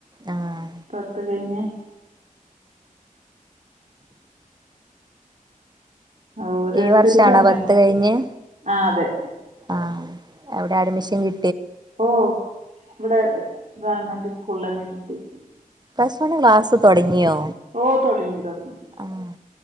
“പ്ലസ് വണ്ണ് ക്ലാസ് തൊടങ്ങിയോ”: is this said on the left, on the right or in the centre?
Right